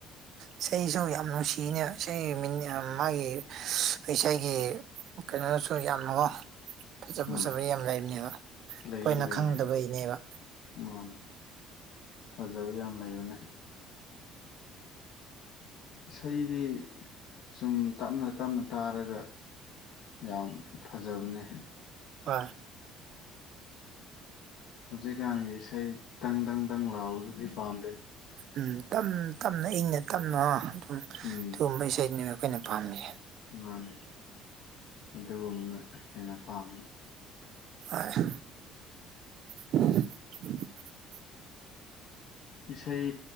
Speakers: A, on the right; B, on the left.
A: ꯏꯁꯩꯁꯨ ꯌꯥꯝ ꯅꯨꯡꯁꯤꯅ ꯏꯁꯩ ꯃꯥꯒꯤ ꯏꯁꯩꯒꯤ ꯀꯩꯅꯣ ꯁꯨꯔ ꯌꯥꯝꯃꯨꯑꯣ ꯐꯖ ꯐꯖꯕ
B: ꯎꯝ
A: ꯌꯥꯝ ꯂꯩꯕꯅꯦꯕ ꯑꯩꯈꯣꯏꯅ
B: ꯂꯩꯌꯦ ꯂꯩꯌꯦ
A: ꯈꯪꯗꯕꯒꯤꯅꯦꯕ
B: ꯃꯥꯅꯦ ꯐꯖꯕ ꯌꯥꯝ ꯂꯩꯕꯅꯦ ꯏꯁꯩꯗꯤ ꯁꯨꯝ ꯇꯞꯅ ꯇꯞꯅ ꯇꯥꯔꯒ ꯌꯥꯝ ꯐꯖꯕꯅꯦ
A: ꯑꯣꯏ
B: ꯍꯧꯖꯤꯛꯀꯥꯟꯒꯤ ꯏꯁꯩ ꯇꯪ ꯗꯪ ꯗꯪ ꯂꯥꯎꯕꯗꯨꯗꯤ ꯄꯥꯝꯗꯦ
A: ꯎꯝ ꯇꯞꯅ ꯏꯪꯅ ꯇꯞꯅ ꯑꯗꯨꯝ ꯑꯗꯨꯒꯨꯝꯕ
B: ꯎꯝ
A: ꯏꯁꯩꯅꯤꯅ ꯑꯩꯈꯣꯏꯅ ꯄꯥꯝꯃꯤꯁꯦ
B: ꯃꯥꯅꯤ ꯑꯗꯨꯒꯨꯝꯕꯅ ꯍꯦꯟꯅ ꯄꯥꯝꯕꯅꯤ
A: ꯑꯥ ꯍꯦ <inaudible>
B: ꯏꯁꯩ